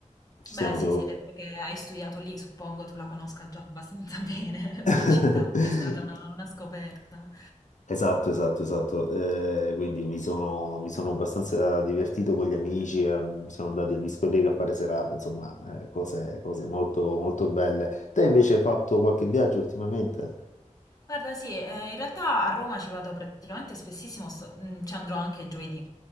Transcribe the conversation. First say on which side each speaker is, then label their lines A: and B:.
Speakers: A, on the left; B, on the left.
A: Ci
B: beh,
A: stiamo
B: sì,
A: trovando.
B: sei detto che hai studiato lì, suppongo tu la conosca già abbastanza <laughs> bene
A: <laughs>
B: come città, non è stata una, una scoperta.
A: Esatto, esatto, esatto. Eh, quindi mi sono, mi sono abbastanza divertito con gli amici, ehm, siamo andati in discoteca a fare serate, insomma, eh, cose, cose molto, molto belle. Te invece hai fatto qualche viaggio ultimamente?
B: Guarda, sì, eh, in realtà a Roma ci vado praticamente spessissimo, sto- mm, ci andrò anche giovedì,